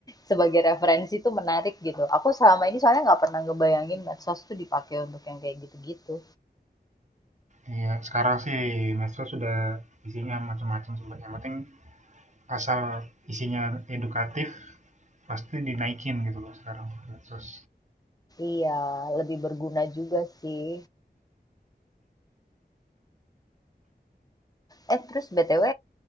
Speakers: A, on the left (about 20°); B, on the right (about 45°).
A: sebagai referensi itu menarik gitu. Aku selama ini soalnya nggak pernah ngebayangin medsos tuh dipakai untuk yang kayak gitu-gitu.
B: Iya, uh-huh. uh-huh. sekarang sih mesra sudah isinya macam-macam sebenarnya, yang penting asal isinya edukatif pasti dinaikin gitu loh sekarang terus
A: Iya, lebih berguna juga sih. Eh, terus BTW,